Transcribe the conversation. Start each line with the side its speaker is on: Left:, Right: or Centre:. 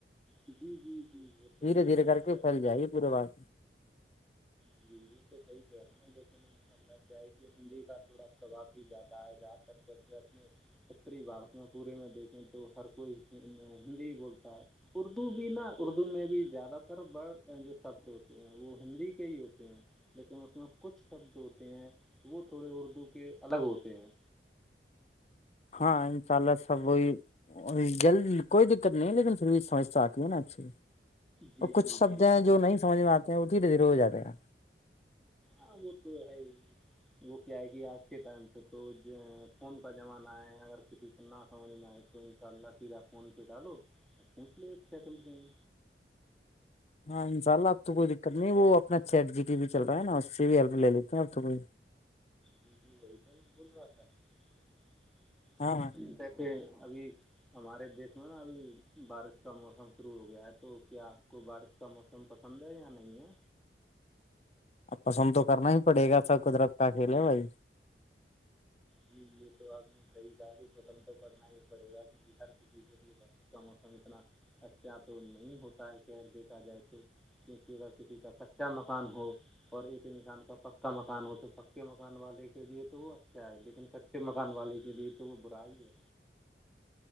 Centre: جی جی جی وہ تو
Left: دھیرے دھیرے
Centre: صحیح
Left: کر کے
Centre: کہہ
Left: پل جائے گ پورے بس
Centre: جی وہ تو صحیح کہہ رہے ہیں لیکن اللہ کیا ہے کہ ہندی کا تھوڑا ثواب بھی زیادہ آئے جا سکتےسے اپنے اتری بھارت میں پورے میں دیکھیں تو ہر کوئی ہندی ہی بولتا ہے اردو بھی نا اردو میں بھی زیادہ تر بڑ جو شبد ہوتے ہیں وہ ہندی سے ہی ہوتے ہیں لیکن اس میں کچھ شبد ہوتے ہیں وہ تھوڑے اردو کے الگ ہوتے ہیں
Left: ہاں انشاء اللہ سبی جلد کوئی دقت نہیں لیکن پھر بھی سمسھ آتی ہے نا اچھیے
Centre: جی
Left: تو کھ
Centre: جی
Left: شبد
Centre: جی
Left: ہیں جو نہیں سمجھ میں آتے ہیں وہ دھیرے دھیرے ہو جاتے ہیںا
Centre: آ وہ تو ہے وہ کیا ہے کہ آج کے ٹائم پہ تو فون کا زمانہ ہے اگر کسی نا سمج میں آئے تو ان شاء اللہ تیرا فون پہ ڈالو ا کونچو س کوٹ نہیں
Left: ہاں انشاء اللہ اب تو کوئی دقت نہیں وہ اپنا چیٹ جی ٹی بھی چ رہا ہے نا اس سے بھی ہیلپ لے لیتے ہیں اب تو کوئی
Centre: جی جی وہی تو نہیں بول رہا تھاسے
Left: ہاں
Centre: ابھی ہمارے دیش میں نا ابھی بارش کا موسم شروع ہو گیا ہے تو کیا آپ کو بارش کا موسم تم پسند ہے یا نہیں ہے
Left: اب پسند تو کرنا ہی پڑے گا سب قدرت کا کھیلے بھائی
Centre: جی یہ تو آنے صحیح کاار ہی خسم تو کرنا ہی پڑے گا کیونکہ ہر کسی کے لیے کا موسم اتنا اچھا تو نہیں ہوتا ہے کہہر دیکھا جائے تو کیونکہ اگر کسی کا کچا مکان ہو اور ایک انسان کا پکا مکان ہو تو پکے مکان والے کے لیے تو وہ اچھا ہے لیکن لیکن کچے مکان والے کے لیے تو وہ برا ہی ہے